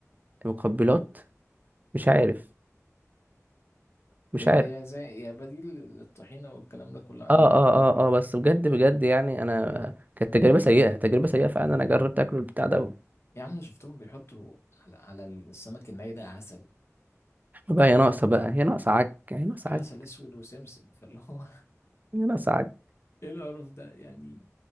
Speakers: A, on the right (about 30°); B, on the left (about 50°).
A: مقبلات مش عارف مش
B: هي
A: عارف
B: هي زي هي بديل للطحينه والكلام ده كله عندنا
A: اه اه اه اه بس بجد بجد يعني انا كانت تجربه سيئه تجربه سيئه فعلا انا جربت اكل البتاع ده
B: يا عم أنا شفتهم بيحطوا على على السمك الني ده عسل
A: بقى هي ناقصه بقى هي ناقصه عك هي ناقصه
B: عسل
A: عك
B: اسود وسمسم فاللي هو
A: هي ناقصه عك
B: ايه القرف ده يعني